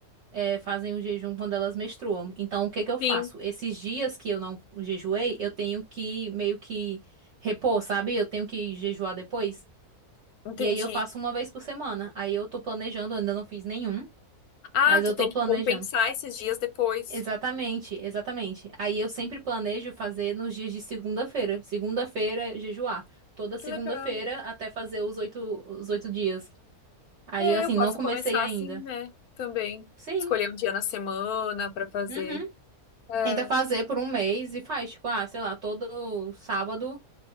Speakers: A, on the right; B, on the left.
A: eh, fazem o jejum quando elas menstruam. Então o que que eu faço?
B: sim,
A: Esses dias que eu não jejuei, eu tenho que meio que repor, sabe? Eu tenho que jejuar depois.
B: entendi.
A: E aí eu faço uma vez por semana. Aí eu tô planejando, eu ainda não fiz nenhum,
B: Ah,
A: mas
B: tu
A: eu
B: tem
A: tô planejando.
B: que compensar esses dias depois.
A: Exatamente, exatamente. Aí eu sempre planejo fazer nos dias de segunda-feira. Segunda-feira, é jejuar. Toda segunda-feira
B: Que legal.
A: até fazer os oito, os oito dias. Aí,
B: É,
A: assim,
B: eu posso
A: não comecei
B: começar
A: ainda.
B: assim, né? Também.
A: Sim.
B: Escolher um dia na semana pra fazer.
A: Uhum.
B: É.
A: Tenta fazer por um mês e faz, tipo, ah, sei lá, todo sábado